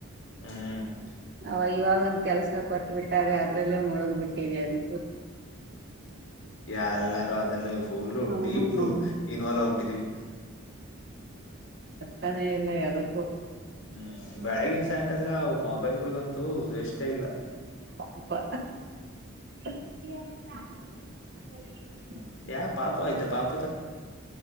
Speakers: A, on the left; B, on the right.
A: ಹ್ಮ್
B: ಅವಾಗ ಇವಾಗ ಒಂದ ಕೆಲಸ ಕೊಟ್ಬಿಟ್ಟ್ರೆ ಅದ್ರಲ್ಲೇ ಮುಳುಗ್ ಬಿಟ್ಟಿವವಿ ಅಲ್
A: ಎಲ್ಲಾರು ಅದೆಲ್ಲ ಇ ಪೋಲ್
B: ಹ್ಮ್
A: ಡೀಪ್ ಇನ್ವಾಲ್ವ್ ಆಗ್ಬಿಟ್ಟಿದೀವಿ
B: ತಾನೇ ಇಲ್ಲ ಯ್ದಕ್ಕೂ
A: ಹ್ಮ್ ಬೆಳಗನ್ ಸಾಯಂಕಾಲದ ಮೊಬೈಲ್ ಗಂತೂ ರೆಷ್ಟೇ ಇಲ್ಲ
B: ಪಪಾ <inaudible>
A: ಯಾ ಪಾಪ ಆಯ್ತಾ ಪಾಪ